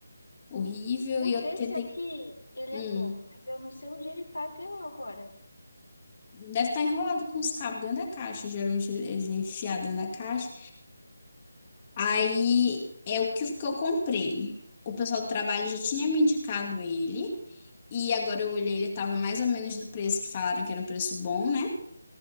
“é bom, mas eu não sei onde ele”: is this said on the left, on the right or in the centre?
Left